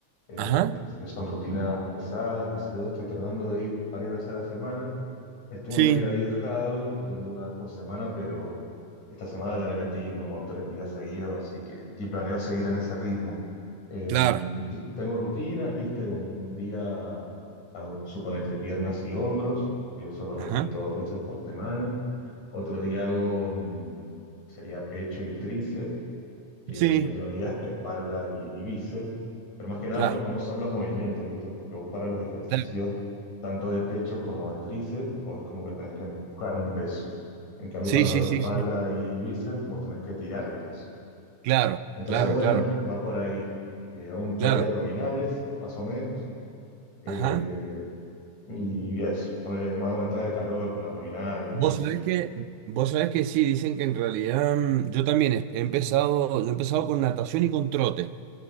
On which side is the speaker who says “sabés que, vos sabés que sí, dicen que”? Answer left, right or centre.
Right